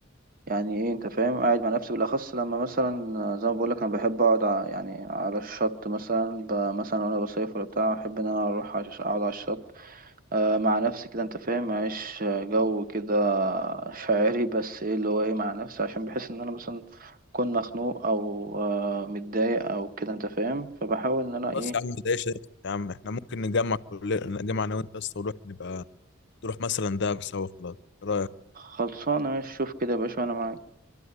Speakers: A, on the right; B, on the left.
A: يعني إيه أنت فاهم قاعد مع نفسي بالأخص لما مثلا آه، زي ما بقولك أنا بحب أقعد ع- يعني على الشط مثلا ب... مثلا وأنا بصيف ولا بتاع أحب إن أنا أروح عش- أقعد على الشط آه، مع نفسي كده انت فاهم معيش جو كده شاعري بس ايه اللي هو ايه مع نفسي عشان بحس ان انا مثلا اكون مخنوق او آه، متضايق او كده انت فاهم فبحاول ان انا
B: خلاص
A: ايه
B: يا عم ما تضايقش نفسك يا عم احنا ممكن نجمع كل نجمع انا وانت يا اسطى ونروح نبقى تروح مثلا دهب سوا خلاص ايه رايك
A: خلصانه ماشي شوف كده يا باشا وانا معاك